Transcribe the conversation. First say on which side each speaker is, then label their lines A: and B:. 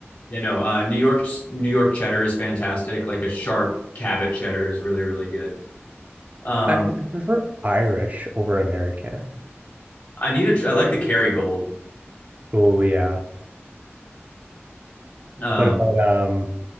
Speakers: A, on the left; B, on the right.
A: You know, uh New York New York cheddar is fantastic. Like a sharp Cabot cheddar is really, really good. Um
B: I, I prefer Irish over American.
A: I need a I like the Kerrygold.
B: Oh yeah.
A: Um
B: What about um